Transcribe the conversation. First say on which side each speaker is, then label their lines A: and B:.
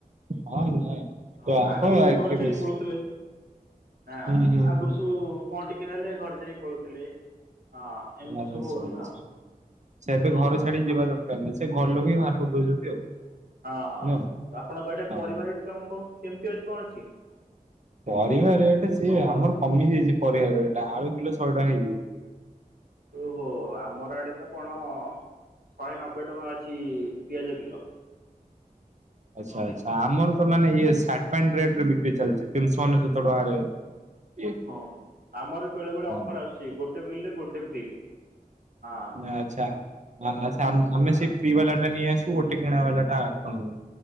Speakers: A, on the right; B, on the right.
A: ହଁ ନାଇଁ
B: ହଁ
A: ତ ଆପ
B: ଆଗରୁ ଘର
A: କେବେ
B: ଛାଡି ପଳୁଥିଲେ ନା
A: ହୁଁ ହୁଁ
B: ଆଗରୁ
A: ହୁଁ
B: ସବୁ କଣ ଟିକେ ହେଲେ ଘରେ ସାର ପଳଉଥିଲେ ହଁ ଏମିତି
A: ଆ
B: ସବୁ
A: ସରଛି
B: ହଉଥିଲା
A: ସେଛବେେ
B: ଆଉ
A: ଘର ଛାଡ଼ି
B: ହଁ
A: ଯିବା ଦରକାର ନାହିଁ ସେ ଘର ଲୋକେଇ ହ ବାହାର କରିଦଉଛନ୍ତି ଆଉ।
B: ହଁ ହଁ
A: ନୁହଁ।
B: ଆପଣଙ୍କ ଏଟେ
A: ହଁ
B: ପରିବାର କଣ କଣ କେମିତି ଅଛି କଣ ଅଛି?
A: ପରିବା ରେଟ୍ ସିଏ ଆମର କମି ଯାଇଛି ପରିବା ରେଟ୍ ଆଳୁ କିଲୋ ଶହେ ଟଙ୍କା ହେଇଯାଉଛି।
B: ଓହୋ ଆମର ଆଡେ ତ କଣ? ଶହେ ନବେ ଟଙ୍କା ଅଛି ପିଆଜ କିଲୋ।
A: ଆଚ୍ଛା
B: ହୁଁ
A: ଆଚ୍ଛା ଆମର ତ ମାନେ ଇଏ ରେ ରେ ବିକି ଚାଲିଛି ତିନିଶହ ଅନେଶତ ଟଙ୍କାରେ ଇଏ।
B: ହଁ ଆମର ବେଳେ ବେଳେ
A: ହଁ
B: ଅଫର ଆସୁଛି ଗୋଟେ ବିଲ ରେ ଗୋଟେ ଫ୍ରି ହଁ
A: ଆଚ୍ଛା ଆଛା ଆମେ
B: ହଁ
A: ସେଇ ଫ୍ରି ବାଲା ଟା ନେଇ ଆସ ଗୋଟେ କିଣା ବାଲା ଟା କଣ?